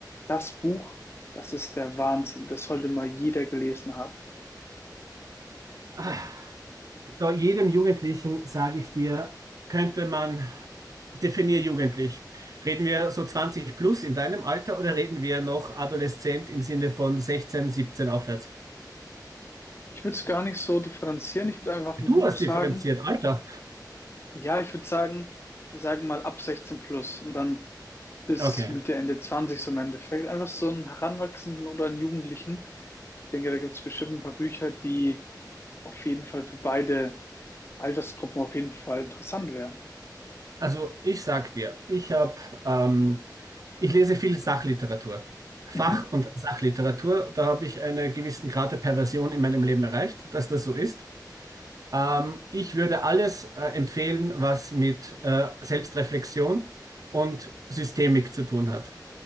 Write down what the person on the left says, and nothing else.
das Buch, das ist der Wahnsinn, das sollte mal jeder gelesen haben.
Ich würde es gar nicht so differenzieren, ich würde einfach
ein Buch
sagen.
Ja, ich würde sagen, wir sagen mal ab 16 plus und dann bis
Mitte, Ende 20 so im Endeffekt. Einfach so einen Heranwachsenden oder einen Jugendlichen. Ich denke, da gibt es bestimmt ein paar Bücher, die auf jeden Fall für beide Altersgruppen auf jeden Fall interessant wären.
Mhm.